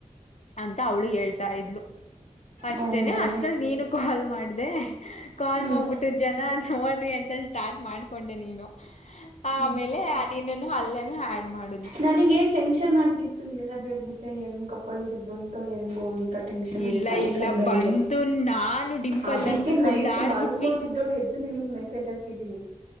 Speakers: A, on the left (about 60°); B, on the right (about 75°).
A: ಅಂತ, ಅವಳು ಹೇಳ್ತಾ ಇದ್ಲು ಅಷ್ಟೇನೆ,
B: ಹೌದಾ
A: ಅಷ್ಟಲ್ಲಿ ನೀನು ಕಾಲ್ ಮಾಡ್ದ ಅದೇ ಕಾಲು
B: ಹ್ಮ್
A: ಮಾಡ್ಬಿಟ್ಟು ಜನ ನೋಡ್ರಿ ಅಂತ ಸ್ಟಾರ್ಟ್ ಮಾಡ್ಕೊಂಡೆ ನೀನು ಆ
B: ಹ್ಮ್
A: ಮೇಲೆ ನೀನ್ನನು ಅಲ್ಲೇನ ಆ್ಯಡ್ ಮಾಡ
B: ನನಗೆ ಟೆನ್ಷನ್ ಆಗಿತ್ತು, ಹೇಳೋದ್ ಹೇಳ್ಬಿಟ್ಟೆ ಹೆಂಗಪ್ಪ ಬೈ ಬಂತೋ ಹೆಂಗೋ ಅಂತ ಟೆನ್ಶನ್
A: ಇಲ್ಲ
B: ಆಗಿ ಅದಕ್ಕೆ
A: ಇಲ್ಲ
B: ಹಂಗೆ
A: ಬಂತು
B: ಅಂದೆ
A: ನಾನು ಡಿಂಪಲ್
B: ಅದಕ್ಕೆ
A: ಅಂತೂ ಕುಣ್ದಾಡ್ಬಿಟ್ವಿ
B: ನೈಟ್ ಮಲ್ಕೊಂಡಿದಳು ಎದ್ದು ನಿನಗೆ ಮೆಸೇಜ್ ರಜ ಹಾಕಿದೀನಿ.